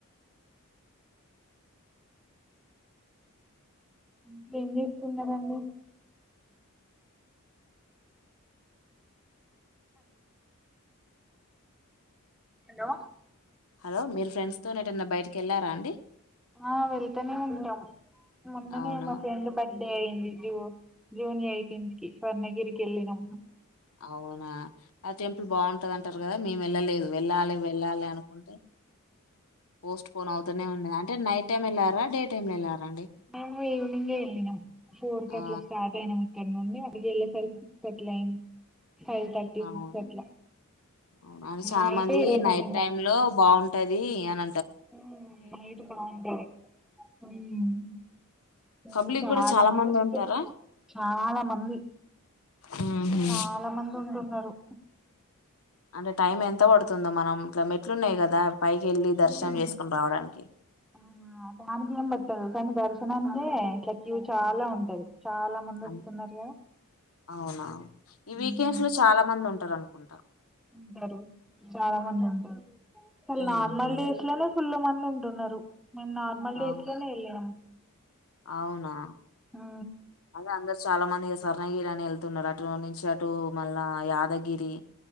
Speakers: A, in the centre; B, on the left.
A: ఇంకేం చేస్తున్నారండి హలో
B: హలో మీరు ఫ్రెండ్స్తోని ఎటన్నా బయటికి వెళ్ళారా అండి
A: ఆ వెళ్తనే ఉంటా మొన్ననే
B: అవునా
A: మా ఫ్రెండ్ బడ్ బర్డే అయింది జూ జూన్ ఎయిటీన్త్కి స్వర్ణగిరికి వెళ్ళినం
B: అవునా ఆ టెంపుల్ బాగుంటది అంటరు కదా మేము వెళ్ళలేదు వెళ్ళాలి వెళ్ళాలి అనుకుంటే పోస్ట్ పోన్ అవుతూనే ఉన్నది అంటే నైట్ టైమ్ వెళ్ళారా డే టైమ్ వెళ్ళారాండి
A: మేము ఈవనింగే వెళ్ళినం ఫోర్
B: ఆ
A: కట్ల స్టార్ట్ అయినం ఇక్కడ నుండి అక్కడికి వెళ్ళేసరికి సిక్స్ థర్టీ అయింది ఫైవ్ థర్టీ
B: అవును
A: సిక్స్ అట్లా
B: అవును అది చాలా
A: నైటే
B: మంది
A: వెళ్ళినం
B: నైట్ టైమ్ లో బాగుంట టది అన
A: ఉమ్ నైట్ బాగుంటది ఉమ్ ఓ
B: పబ్లిక్
A: చాలా
B: కూడా
A: మంది వస్తున్నారు
B: ఉంటారా
A: చాలా మంది
B: మ్మ్ హ్మ్
A: చాలా మంది ఉంటున్నరు
B: అంటే టైం ఎంత పడుతుందో మనం ఇట్ల మెట్లున్నాయి కదా పైకి వెళ్ళి దర్శనం
A: మ్మ్
B: చేసుకొని రావడానికి
A: ఆ దానికి ఏం పట్టదు కానీ దర్శనానికే ఇట్ల క్యూ చాలా ఉంటది చాలా మంది
B: అన్-
A: వస్తున్నరుగదా
B: అవునా ఈ
A: ఉమ్
B: వీకెండ్స్ లో చాలా మంది ఉంటారనుకుంటా
A: ఉంటరు చాలా మంది ఉంటరు అసలు
B: ఉహు
A: నార్మల్ డేస్ లోనే ఫుల్లు మంది ఉంటున్నరు మేము నార్మల్ డేస్
B: అవు
A: లోనే వెళ్ళాము
B: అవునా
A: ఆ
B: అదే అందరు చాలా మంది ఇగ స్వర్ణగిరి అని వెళ్తున్నరు అటు నుంచి అటు మళ్ళా యాదగిరి